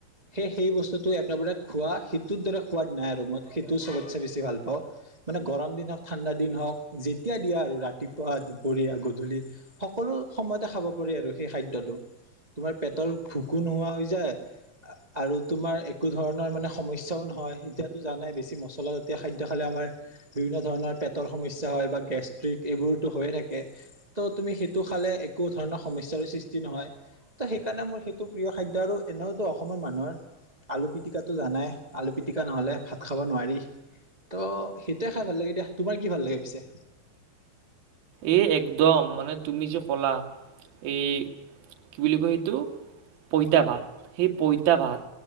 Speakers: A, on the right; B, on the right.
A: সেই সেই বস্তুটো একেবাৰে খোৱা, সেইটোৰ দৰে সোৱাদ নাই আৰু মই সেইটোও চবতচে বেছি ভাল পাওঁ, মানে গৰম দিন হক ঠাণ্ডা দি দিন হওক, যেতিয়া দিয়া আৰু ৰাতিপুৱা, দুপৰীয়া, গধূলি সকলো সময়তে খাব পাৰি আৰু সেই খাদ্যটো। তোমাৰ পেটৰ ভুকু নোহোৱা হৈ যায় আ আৰু তোমাৰ একো ধৰণৰ মানে সমস্যাও নহয়, এতিয়াতো জানাই বেছি মছলা জাতীয় খাদ্য খালে মাৰ বিভিন্ন ধৰণৰ পেট টৰ সমস্যা হয় বা গেছট্ৰিক এইবোৰটো হয় থাকে। ত তুমি সেইটো খালে একো ধৰনৰ সমস্যা সৃষ্টি নহয়, ত সেইকাৰণে মোৰ সেইটো প্ৰিয় খাদ্য আৰু এনেওতো অসমৰ মানুহৰ আলু পিটিকাটো জানাই, আলু পিটিকা নহলে ভাত খাব নোৱাৰি। ত' সেইটোৱে খাই ভাল লাগে দিয়া। তোমাৰ কি ভাল লাগে পিছে?
B: এই একদম, মানে তুমি যে কলা এই কি বুলি কয় সেইটো পইতা ভাত, সেই পইতা ভাত